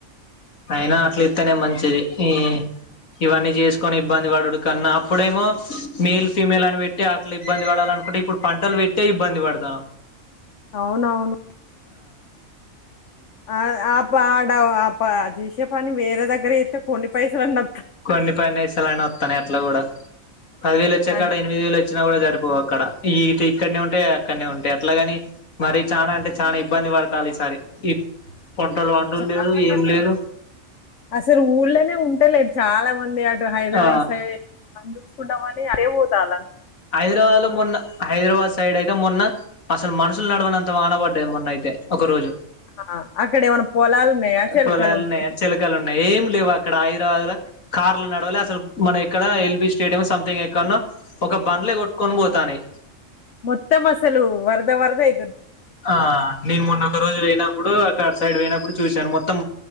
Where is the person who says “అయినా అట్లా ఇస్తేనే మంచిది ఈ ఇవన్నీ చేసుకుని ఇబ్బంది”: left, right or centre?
Left